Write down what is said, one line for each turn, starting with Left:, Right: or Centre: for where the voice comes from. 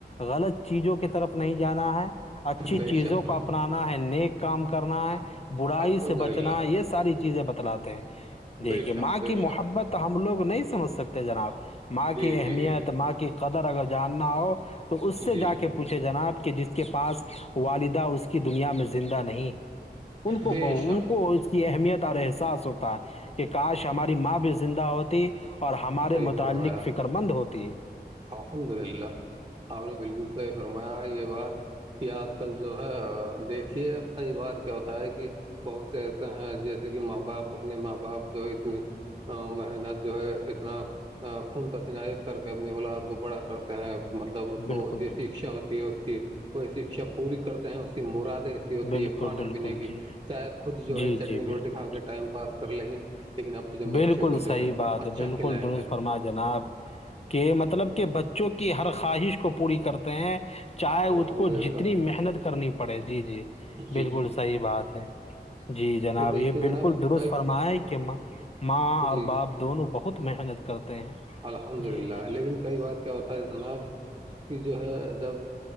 Left: غلط چیزوں کی طرف نہیں جانا ہے اچھی
Right: بے
Left: چیزوں
Right: شک
Left: کو اپنانا ہے نیک کام کرنا ہے برائی
Right: الحمد
Left: سے
Right: للہ
Left: بچنا ہے یہ ساری چیزیں بتلاتے ہیں دیکھیے
Right: بے شک
Left: ماں
Right: بے
Left: کی محبت
Right: شک
Left: تو ہم لوگ نہیں سمجھ سکتے جناب ماں
Right: جی
Left: کی اہمیت
Right: جی جی
Left: ماں کی قدر اگر جاننا ہو تو اس سے
Right: جی
Left: جا کے پوچھے جناب کہ جس کے پاس والدہ اس کے دنیا میں زندہ نہیں ان کو
Right: بے
Left: ب
Right: شک
Left: ان کو اس کی اہمیت اور ای ساس ہوتا ہے کہ کاش ہماری ماں بھی زندہ ہوتی اور ہمارے
Right: صحیح
Left: متعلق
Right: فرمایا
Left: فکر سر مند ہوتی ہے
Right: الحمد للہ آپ نے بالکل صحیح فرمایا یہ بات کہ آج کل جو ہے دیکھیے کئی بار کیا ہوتا ہے کہ بہت سے ایسے ہیں جیسے کہ ماں باپ اپنے ماں باپ جو اتنی محنت جو ہے اتنا خون پسینہ ایک کر کے اپنی اولاد کو بڑا کرتے ہیں مطلب اس کو
Left: بالکل
Right: جیسے
Left: بالکل
Right: اچھا ہوتی اس کی وہ شکچھا پوری کرتے ہیں اس کی مرادیں ہوتی
Left: بالکل
Right: ہے کھانے
Left: بالکل
Right: پینے کی
Left: جی جی
Right: چاہے خود جو
Left: جی
Right: ہے چٹنی
Left: جی
Right: روٹی
Left: بالکل
Right: کھا کے ٹائم پاس کر لیں گے لیکن اپنے
Left: بالکل
Right: بچوں کو
Left: صحیح
Right: جو
Left: بات
Right: اچھا
Left: ہے بالکل
Right: کھلائیں
Left: د
Right: گے
Left: فرما جناب کہ مطلب کہ بچوں کی ہر خواہش کو پوری کرتے ہیں چائےے
Right: الحمد
Left: اس کو
Right: للہ
Left: جتنی محنت کرنی پڑے جی جی
Right: جی
Left: بالکل صحیح بات ہے جی جناب
Right: دیکھیے
Left: یہ
Right: جناب
Left: بالکل درست
Right: کئی
Left: فرمائے کہ ماں اور
Right: جی
Left: باپ دونوں بہت محنت کرتے ہیں
Right: الحمد للہ
Left: جی
Right: لیکن کئی بار کیا ہوتا ہے جناب کہ جو ہے جب